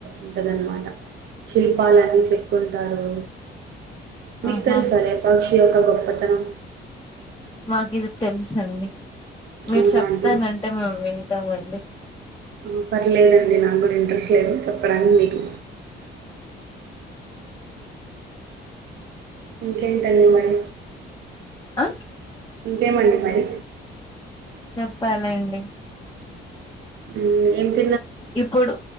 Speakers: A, on the right; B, on the left.
A: ఉంటదన్న మాట శిల్పాలన్నీ చెక్కుంటారు మీకు
B: ఆహా
A: తెలుసా లేపాక్ష్ ఇదొక గొప్పతనం
B: నాకు ఇది తెలుసండి మీరు
A: అవునా
B: చెప్తానంటే
A: అండి
B: మేము వింటామండి
A: ఆ, పర్లేదండి నాకు <inaudible> చెప్పడానికి మీకు ఇంకేంటండి మరి
B: అహ్
A: ఇంకేమండి మరి
B: చెప్పాలండి
A: హుం ఏం చే
B: ఇప్పుడు